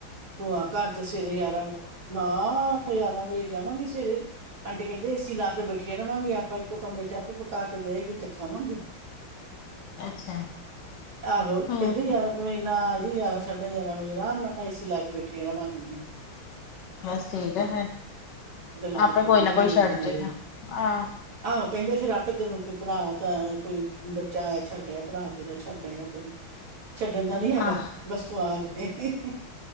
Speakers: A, on the right; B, on the left.
A: ਭ ਘਰ ਚ ਸਵੇਰੇ ਯਾਰਾਂ ਨਾ ਯਰਾਂ ਵਜੇ ਜਾਵਾਂਗੇ ਸਵੇਰੇ ਆਂਟੀ ਕਹਿੰਦੇ ਅਸੀ ਲਾ ਕੇ ਬੈਠੀਆਂ ਰਵਾਂਗੇ ਆਪਾਂ ਇੱਕੋ ਕਮਰੇ ਚ ਆਪੇ ਪਕਾ ਕੇ ਦੇਵੇਗੀ ਤੇ ਖਾਵਾਂਗੇ
B: ਅੱਛਾ
A: ਆਹੋ
B: ਹਮ
A: ਕਿੱਧਾਂ ਯਾਰ ਕਮਨਾ ਆਈ ਯਦਾ ਚੱਲੇ ਜਾਰਮ ਗ ਰਰਾ ਸੀਂ ਲਾ ਕੇ ਬੈਠੇ ਰਵਾਂਗੀ
B: ਬਸ ਠੀਕ ਆ ਫੇਿਰ
A: ਗੱਲਾਂ ਬਾਤਾਂ
B: ਆਪੇ
A: ਮਾਰਾਂਗੀਆਂ
B: ਕੋਈ ਨਾ ਕੋਈ ਛੱਡ
A: ਤੇ ਨਾਲੇ
B: ਜੇਗਾ ਆਹ
A: ਆਹੋ ਕਹਿੰਦੇ ਫੇਿਰ ਆਪੇ ਤੈਨੂੰ ਕੋਈ ਭਰਾ ਤਾਂ ਕੋਈ ਬੱਚਾ ਆਇਆ ਛੱਡ ਆਆ ਭਰਾ ਤੇਰਾ ਛੱਡ ਆਇਆ ਤੈਨੂੰ ਛੱਡਣ ਦਾ ਨੀ ਹੈਗਾ
B: ਆਹ
A: ਬਸ ਤੂੰ ਆਜ <inaudible> <unintelligible>